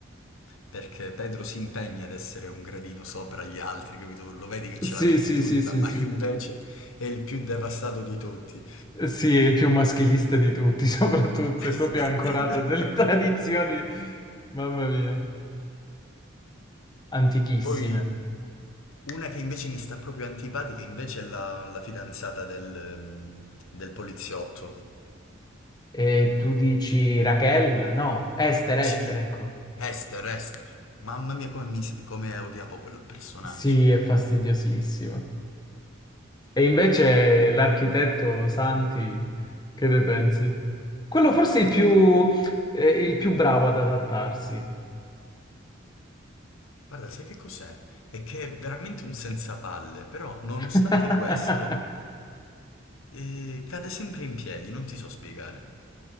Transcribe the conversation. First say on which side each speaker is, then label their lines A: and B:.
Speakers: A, on the left; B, on the left.
A: perché Pedro si impegna ad essere un gradino sopra gli altri, capito? Lo vedi che ce
B: Sì,
A: la mette
B: sì,
A: tutta,
B: sì, sì,
A: ma
B: sì.
A: invece è il più devastato di tutti.
B: Sì, è il più maschilista di tutti, <laughs> soprattutto,
A: <laughs>
B: è proprio ancorato a delle <laughs> tradizioni, mamma mia, antichissime.
A: Poi una che invece mi sta proprio antipatica invece è la, la fidanzata del, ehm, del poliziotto.
B: E tu dici Raquel? No, Esther,
A: Sì,
B: Esther, ecco.
A: Esther, Esther. Mamma mia come, mi- come odiavo quel personaggio.
B: Sì, è fastidiosissimo. E invece l'architetto Santi, che ne pensi? Quello forse è il
A: È
B: più,
A: un...
B: eh, il più bravo ad adattarsi.
A: Guarda, sai che cos'è? È che è veramente un senzapalle, però nonostante
B: <laughs>
A: questo eh, cade sempre in piedi, non ti so spiegare.